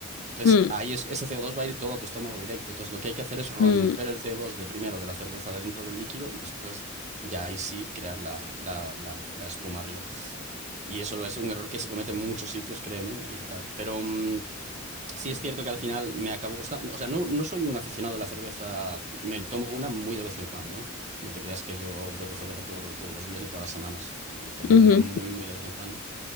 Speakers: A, on the right; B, on the left.
A: entonces
B: mm,
A: ahí es- ese CO2 va a ir todo a tu estómago directo. Entonces lo que hay que hacer es romper
B: mm,
A: el CO2 de primero de la cerveza de dentro del líquido y después ya ahí sí crear la, la la- la espuma arriba. Y eso es un error que se comete en muchos sitios, créeme, y tal. Pero mm, Sí, es cierto que al final me acabo gustando. O sea, no, no soy un aficionado a la cerveza. Me tomo una muy de vez en cuando, ¿eh? No te creas que yo bebo cerveza todo- todos los días ni todas las semanas. Me tomo
B: ujú,
A: una muy, muy de vez en cuando.